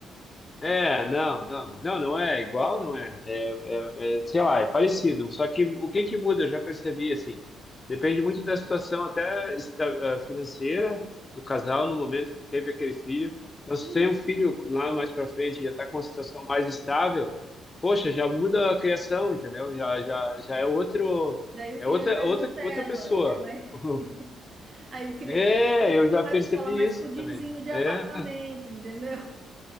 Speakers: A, on the left; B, on the right.
A: É, não, não, não, não é igual, não é. É, é, sei lá, é parecido. Só que o que que muda, eu já percebi, assim, depende muito da situação até esta- ah, financeira do casal no momento que teve aquele filho. Então, se
B: uhum.
A: tem um filho lá mais para frente e já está com uma situação mais estável, poxa, já muda a criação, entendeu? Já, já, já é outro,
B: Daí o filho
A: é outra,
B: é mais
A: outra,
B: Nutella,
A: outra pessoa.
B: é mais...
A: <laughs>
B: <laughs> Aí queria
A: É,
B: queria
A: eu já
B: mais
A: percebi
B: Nutella, mais
A: isso
B: pudinzinho
A: também.
B: de apartamento,
A: É.
B: entendeu?